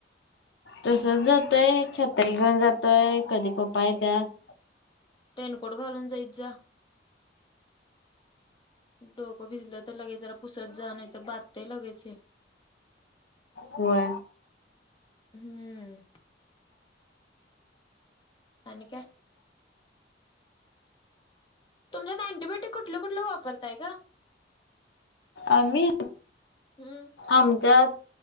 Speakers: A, on the left; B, on the left.
A: तसच जातोय छतरी घेऊन जातोय कधी पप्पा आहे त्यात
B: टेनकोट घालून जाईत जा डोको भिजला तर लगेच जरा पुसत जा नाही तर बधतय लगेच हे
A: कवा
B: हम्म आणि का तुमच्यात अँटीबायोटिक कुठलं कुठलं वापरताय का
A: आम्ही
B: हम्म
A: आमच्या